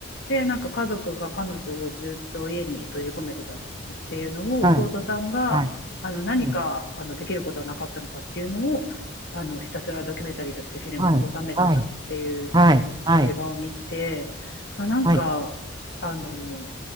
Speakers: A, on the left; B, on the right.
A: で、なんか家族が彼女をずっと家に閉じ込めてたっていうのを、
B: はい。
A: 弟さんが、
B: はい。
A: あの、何か、
B: はい。
A: あの、できることはなかったのかっていうのを、あの、ひたすらドキュメンタリーとしてフィルムに収めてたっていう
B: はい。はい。はい。はい。
A: 映画を見て、
B: はい。
A: まあ、なんか、
B: はい
A: あの、